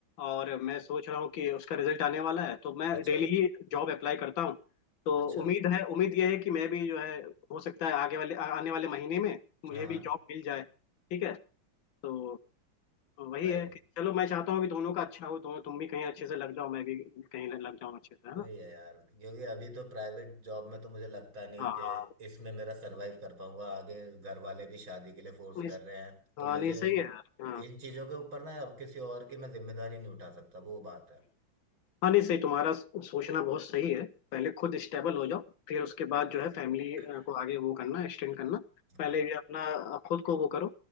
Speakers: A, on the left; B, on the right.
A: और मैं सोच रहा हूँ कि उसका रिजल्ट आने वाला है तो मैं
B: अच्छा
A: डेली ही जॉब अप्लाई करता हूँ तो
B: अच्छा
A: उम्मीद है उम्मीद यह है कि मैं भी जो है हो सकता है आगे वाले आ- आने वाले महीने में मुझे
B: हाँ हाँ
A: भी जॉब मिल जाए ठीक है तो वही
B: भाई
A: है कि चलो मैं चाहता हूँ कि दोनों का अच्छा हो दोनों तुम भी कहीं अच्छे से लग जाओ मैं भी कहीं लग जाऊँ अच्छे से है
B: वही
A: ना
B: है यार क्योंकि अभी तो प्राइवेट जॉब में तो मुझे लगता नहीं
A: हाँ
B: कि
A: हाँ
B: इसमें मेरा सरवाइव कर पाऊंगा आगे घर वाले भी शादी के लिए फोर्स
A: नहीं
B: कर
A: स-
B: रहे हैं तो
A: हाँ
B: मुझे
A: नहीं सही है यार हाँ
B: इन चीज़ों के ऊपर ना अब किसी और की मैं जिम्मेदारी नहीं उठा सकता वो बात है
A: हाँ नहीं सही तुम्हारा सोचना बहुत सही है पहले खुद स्टेबल हो जाओ फिर उसके बाद जो है फैमिली
B: <clears throat>
A: को आगे वो करना एक्सटेंड करना पहले
B: हाँ
A: ये अपना अ, खुद को वो करो